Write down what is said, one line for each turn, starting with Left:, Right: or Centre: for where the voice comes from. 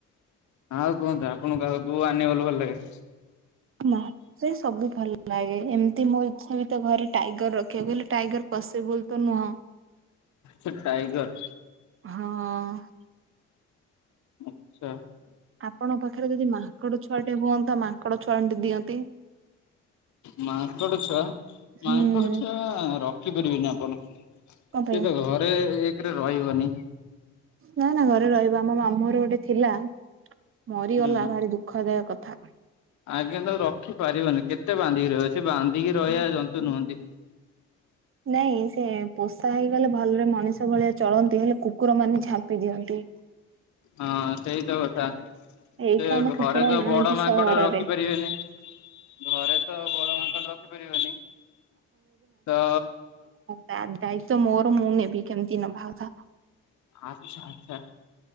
Left: ଆଉ କୁହନ୍ତୁ ଆପଣଙ୍କୁ ଆଉ କୋଉ ଆନିମଲ ଭଲ ଲାଗେ?
Right: ନା। ସେ ସବୁ ଭଲ ଲାଗେ ଏମିତି ମୋ ଇଚ୍ଛା ବି ତ ଘରେ ଟାଇଗର୍ ରଖିଆକୁ ହେଲେ ଟାଇଗର୍ ପସିବୁଲ ତ ନୁହଁ।
Left: ସେ ଟାଇଗର୍
Right: ହଁ।
Left: ଆଚ୍ଛା।
Right: ଆପଣ ପାଖରେ ଯଦି ମାଙ୍କଡ଼ ଛୁଆ ଟେ ହୁଅନ୍ତା ମାଙ୍କଡ଼ ଛୁଆଣ୍ଟେ ଦିଅନ୍ତି।
Left: ମାଙ୍କଡ଼ ଛୁଆ
Right: ହୁଁ
Left: ମାଙ୍କଡ଼ ଛୁଆ ରଖିପାରିବେନି ଆପଣ। ସିଏତ
Right: କଣ ପାଇଁ?
Left: ଘରେ ଏକ୍ ରେ ରହିବନି
Right: ନା ନା ଘରେ ରହିବ ଆମ ମାମୁଁ ଘରେ ଗୋଟେ ଥିଲା। ମରିଗଲା
Left: ହୁଁ
Right: ଭାରି ଦୁଃ ଖ ଦାୟ କଥା।
Left: ଆଜ୍ଞା ତାକୁ ରଖିପାରିବନି କେତେ ବାନ୍ଧିକି ରହିବ ସେ ବାନ୍ଧିକି ରହିବା ଜନ୍ତୁ ନୁହନ୍ତି।
Right: ନାଇଁ ସେ ପୋଷା ହେଇଗଲେ ଭଲରେ ମଣିଷ ଭଳିଆ ଚଳନ୍ତି। ହେଲେ କୁକୁର ମାନେ ଝାମ୍ପି ଦିଅନ୍ତି।
Left: ହଁ ସେଇତ କଥା। ସେ
Right: ଏଇଠି ତ ଆମ କୁକୁର
Left: ଘରେ ତ
Right: ନାହାନ୍ତି
Left: ବଡ଼ ମାଙ୍କଡ଼
Right: ସହରରେ।
Left: ରଖିପାରିବେନି ଘରେ ତ ବଡ଼ ମାଙ୍କଡ଼ ରଖିପାରିବନି ତ
Right: ତା ଦାୟିତ୍ଵ ମୋର ମୁଁ ନେବି କେମିତି ନଭାକଥା
Left: ଅଚ୍ଛା ଆଚ୍ଛା